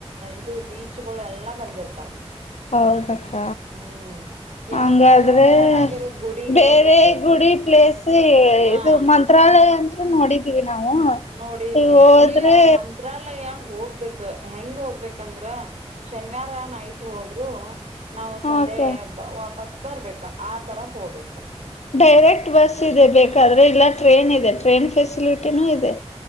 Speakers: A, on the right (about 85°); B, on the left (about 80°).
A: ಇದು ಬೀಚ್ಗಳು ಎಲ್ಲಾ ಬಂದಿರ್ತಾವ.
B: ಹೌದಕ್ಕ
A: ಹ್ಮ್ ಯಾವ್ದರ
B: ಹಂಗಾದ್ರೆ
A: ಚೆನ್ನಾಗಿರೋ ಗುಡಿಗಾರ
B: ಬೇರೆ
A: ಹೋಗ್ಬೇಕು
B: ಗುಡಿ ಪ್ಲೇಸ್
A: ಹಾ
B: ಇದು ಮಂತ್ರಾಲಯ ಅಂತ. ನೋಡಿದೀವಿ. ನಾವು
A: ನೋಡಿದ್ವಿ
B: ಈಗ ಹೋದ್ರೆ
A: ಇಲ್ಲ ಮಂತ್ರಾಲಯ. ಹೋಗ್ಬೇಕ ಹೆಂಗ ಹೋಗ್ಬೇಕಂದ್ರ ಶನಿವಾರ ನೈಟ್ ಹೋದ್ರು. ನಾವು ಸಂಡೇ
B: ಹಕ
A: ವಾಪಸ್. ಬರ್ಬೇಕ ಆತರ ಹೋಗ್ಬೇಕ.
B: ಡೈರೆಕ್ಟ್ ಬಸ್ ಇದೆ ಬೇಕಾದ್ರೆ ಇಲ್ಲ ಟ್ರೇನ್ ಇದೆ. ಟ್ರೈನ್ ಫೆಸಿಲಿಟಿನೂ ಇದೆ.